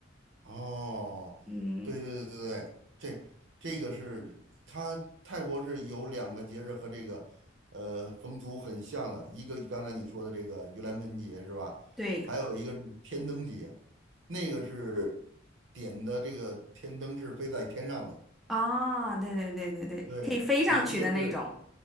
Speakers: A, on the right; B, in the centre.
A: 哦，
B: 嗯，
A: 对对对对，对，这这个是它泰国是有两个节日和这个呃风俗很像的，一个刚才你说的这个盂兰盆节是吧？
B: 对
A: 还有一个是天灯节，那个是点的这个天灯是飞在天上的。
B: 啊，对对对对对，
A: 对你这个是，
B: 可以飞上去的那种，